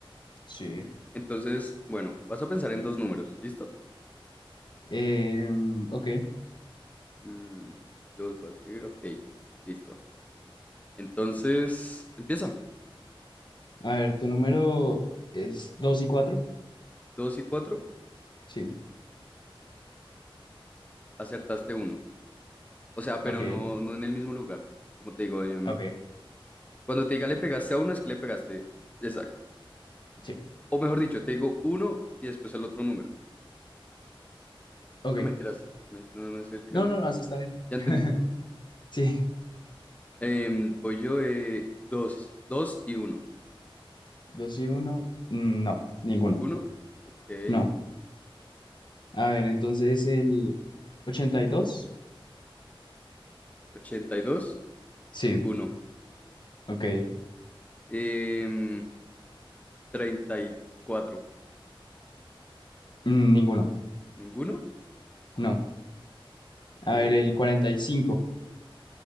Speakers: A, on the left; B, on the left.
A: Sí.
B: Entonces, bueno, vas a pensar en dos números, ¿listo?
A: Eh, ok.
B: Mm, los voy a escribir, ok, listo. Entonces, empieza.
A: A ver, ¿tu número es 2 y cuatro.
B: dos y 4,
A: Sí.
B: acertaste uno. O sea, pero
A: Ok.
B: no, no en el mismo lugar. Como te digo, em,
A: Ok.
B: cuando te diga le pegaste a uno, es que le pegaste. Exacto.
A: Sí.
B: O mejor dicho, te digo uno y después el otro número.
A: Ok.
B: No mentiras, me, no no me estoy explicando
A: No, no,
B: bien.
A: no, así está bien.
B: Ya
A: <laughs>
B: entendiste.
A: Sí.
B: Em, voy yo, eh, 2 2 y uno
A: 2 y uno. Mm, No, ninguno.
B: ¿Ninguno? Ok.
A: No. A ver, entonces el 82.
B: ochenta y dos,
A: Sí.
B: Ninguno.
A: Ok.
B: Em, treinta y cuatro,
A: Mm, ninguno.
B: ¿Ninguno?
A: No.
B: Ve-
A: A ver, el 45.